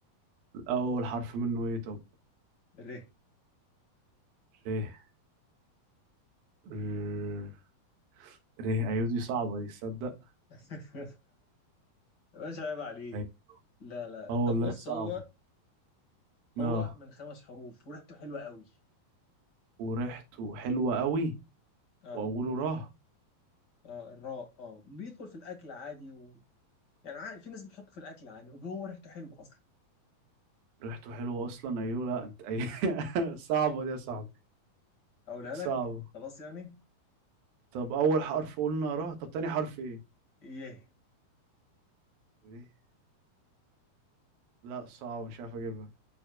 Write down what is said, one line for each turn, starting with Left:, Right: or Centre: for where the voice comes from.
Right: أول حرف منه إيه طب
Left: ري
Right: ريه ر- ريه أيوة دي صعبة دي تصدق
Left: <laughs> مش عيب عليك
Right: أيوة.
Left: لا لا
Right: اه والله
Left: طب بص
Right: صعب
Left: هو هو
Right: اه
Left: من خمس حروف وريحته حلوة قوي
Right: وريحته حلوة قوي
Left: اه
Right: وأوله راه
Left: اه الراء اه بيدخل في الأكل عادي و... يعني عادي في ناس بتحطه في الأكل عادي وهو ريحته حلوة أصلا
Right: ريحته حلوة أصلا أيوة لا أنت أي <laughs> صعبة دي يا صاحبي
Left: اقولها
Right: صعبة
Left: لك خلاص يعني
Right: طب أول حرف قلنا راه طب تاني حرف إيه؟
Left: ايه
Right: ريه. لا صعب مش عارف أجيبها